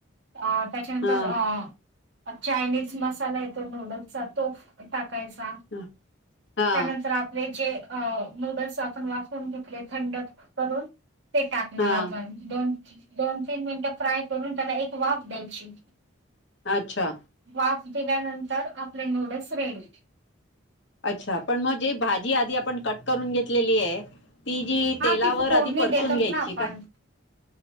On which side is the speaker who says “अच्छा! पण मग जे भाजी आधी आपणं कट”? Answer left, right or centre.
Left